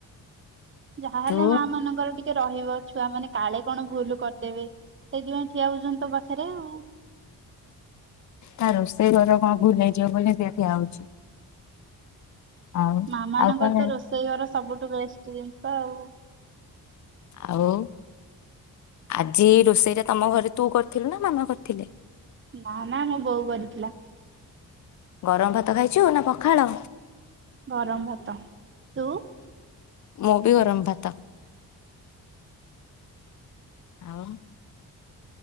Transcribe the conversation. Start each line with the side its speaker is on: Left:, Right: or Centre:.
Right: ଯାହାହେଲେ
Left: ତୁ
Right: ମା ମାନଙ୍କର ଟିକେ ରହିବ ଛୁଆ ମାନେ କାଳେ କଣ ଭୁଲ କରିଦେବେ ସେଇଥିପାଇଁ ଠିଆ ହଉଛନ୍ତି ତୋ ପାଖରେ ଆଉ
Left: ନାଁଇ ରୋଷେଇ ଘରେ କଣ ଭୁଲେଇଯିବ ବୋଲି ଠିଆ ହଉଛି। ଆଉ
Right: ମା ମାନଙ୍କର
Left: ଆଉ କଣ
Right: ତ ରୋଷେଇ ଘର ସବୁଠୁ ବେଷ୍ଟ ଜିନିଷ ହଁଆଉ
Left: ଆଉ ଆଜି ରୋଷେଇ ଟା ତମ ଘରେ ତୁ କରିଥିଲୁ ନା ମାମା କରିଥିଲେ?
Right: ନା ନା ମୋ ବୋଉ କରିଥିଲା
Left: ଗରମ ଭାତ ଖାଇଛୁ ନା ପଖାଳ
Right: ଗରମ ଭାତ ତୁ?
Left: ମୁଁ ବି ଗରମ ଭାତ। ଆଉ